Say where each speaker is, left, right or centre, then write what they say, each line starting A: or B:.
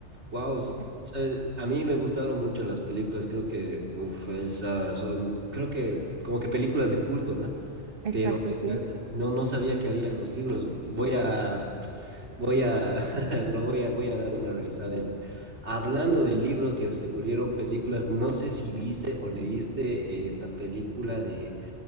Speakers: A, on the right; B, on the right.
A: wow.
B: E-
A: A mí me gustaron mucho las películas, creo que, uff, esas son, creo que como que películas de culto, ¿no?
B: Exacto,
A: Pero me encantan.
B: sí.
A: No, no sabía que había los libros. Voy a, voy a <laughs> Lo voy a, voy a dar una revisada de esas. Hablando
B: Sí.
A: de libros que se volvieron películas, no sé si viste o leíste eh, esta película de,